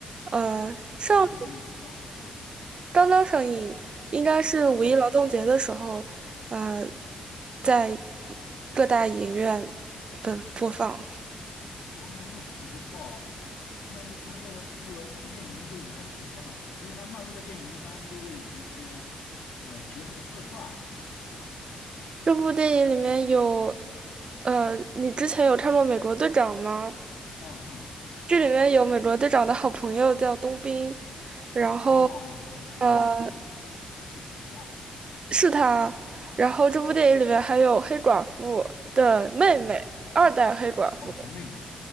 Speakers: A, on the right; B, on the left.
A: 呃，上
B: 哦，上个月刚刚上个月
A: 刚刚上映，应该是五一劳动节的时候，
B: 啊、哦，
A: 呃，在各大影院的播放。
B: 哦，那很不错哦。啊那那他这个这个这部电影里面都有哪些角色呢？因为他漫威的电影一般都有一些呃角色的客串啊，对吧？
A: 这部电影里面有，呃，你之前有看过《美国队长》吗？
B: 啊、看过
A: 这里面有美国队长的好朋友叫冬兵，然后
B: 哦，我知道那个一个胳膊是机机器手的家伙，
A: 呃，
B: 对吧？
A: 是他。然后这部电影里面还有黑寡妇的妹妹，
B: 哦
A: 二代黑寡妇，
B: 哦的妹妹。